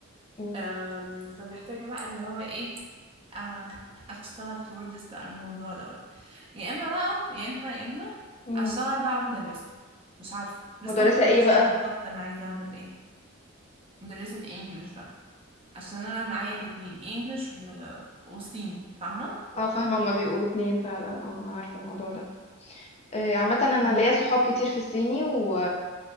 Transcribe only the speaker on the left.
امم
امم
مدرسة
ايه بقى
اه فاهمة هما بيبقوا اتنين فعلا اه انا عارفة الموضوع ده آه، عامة انا
ليا صحاب كتير في الصيني و...